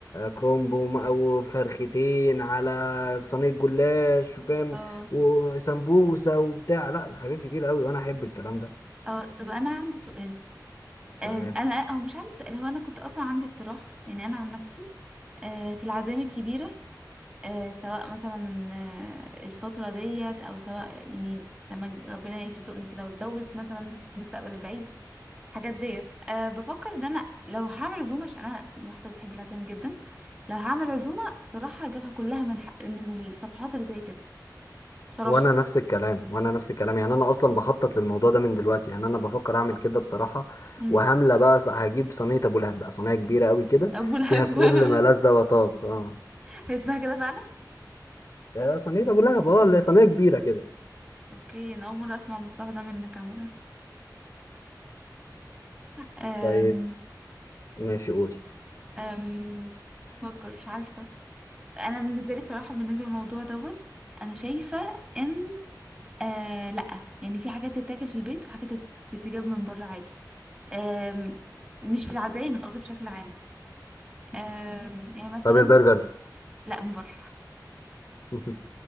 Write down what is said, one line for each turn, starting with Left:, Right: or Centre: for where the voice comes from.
Left: كرومب وم- او فرختين على صينيه جلاش فاهم
Right: اه
Left: وسمبوسه وبتاع لا حاجات كتير قوي وانا احب الكلام
Right: اه طب أنا عندي سؤال آم
Left: ده
Right: أنا هو مش عندي سؤال هو أنا كنت أصلا عندي اقتراح يعني أنا عن نفسي آه في العزايم الكبيرة آه، سواء مثلا آه، الفترة ديت أو سواء يعني لما ج- ربنا يرزقني كده واتجوز مثلا في المستقبل البعيد الحاجات ديت أه بفكر ان انا لو هعمل عزومه عشان انا واحده بتحب العزايم جدا لو هعمل عزومه بصراحه هجيبها كلها من ح... من الصفحات اللي زي كده بصراحه
Left: وانا نفس الكلام وانا نفس الكلام يعني انا اصلا بخطط للموضوع ده من دلوقتي يعني انا بفكر اعمل كده بصراحه
Right: امم
Left: وهملة بقى ص- هجيب صينيه ابو لهب بقى صينيه كبيره قوي كده
Right: ابو لهب
Left: فيها كل
Right: <laughs>
Left: ما لذ وطاب اه
Right: هي اسمها كده فعلا
Left: يا صينيه ابو لهب اه اللي هي صينيه كبيره كده
Right: اوكي انا اول مره اسمع مصطلح ده منك عامه أم...
Left: طيب ماشي قولي
Right: أم... بفكر مش عارفه انا بالنسبه لي بصراحه بالنسبه للموضوع دوت انا شايفه ان آه لا يعني في حاجات تتاكل في البيت وحاجات تتجاب من بره عادي آم، مش في العزايم من قصدي بشكل عام آم، يعني مثلا
Left: طب البرجر
Right: لا من بره
Left: <laughs>